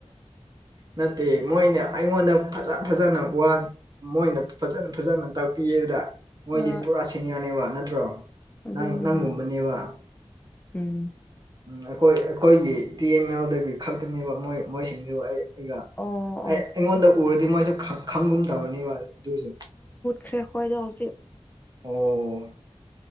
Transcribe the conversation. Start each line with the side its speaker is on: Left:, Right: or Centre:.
Right: ꯅꯠꯇꯦ ꯃꯣꯏꯅꯦ ꯑꯩꯉꯣꯟꯗ ꯐꯖ ꯐꯖꯅ ꯋꯥꯅꯤ ꯃꯣꯏꯅ ꯐꯖꯅ ꯐꯖꯅ ꯇꯥꯛꯄꯤꯑꯕꯗ ꯃꯣꯏꯗꯤ
Left: ꯍꯣꯏ
Right: ꯄꯨꯔꯥ ꯁꯤꯅꯤꯌꯥꯔꯅꯦꯕ ꯅꯠꯇ꯭ꯔꯣ
Left: ꯑꯗꯨꯅꯦ
Right: ꯅꯪ ꯅꯪꯒꯨꯝꯕꯅꯦꯕ
Left: ꯍꯣꯏ ꯎꯝ
Right: ꯎꯝ ꯑꯩꯈꯣꯏ ꯑꯩꯈꯣꯏꯒꯤ ꯇꯤ ꯑꯦꯝ ꯑꯦꯜꯗꯒꯤ ꯈꯛꯇꯅꯦꯕ ꯃꯣꯏ ꯃꯣꯏꯁꯤꯡꯁꯨ ꯑꯩ ꯑꯩ
Left: ꯑꯣ ꯑꯣ
Right: ꯑꯩꯉꯣꯟꯗ ꯎꯔꯗꯤ ꯃꯣꯏꯁꯨ ꯈꯪꯒꯨꯝ ꯇꯧꯔꯅꯤꯕ ꯑꯗꯨꯁꯨ
Left: ꯈꯔꯦ ꯈꯣꯏꯗꯣ ꯍꯧ ꯎꯆꯠ
Right: ꯑꯣ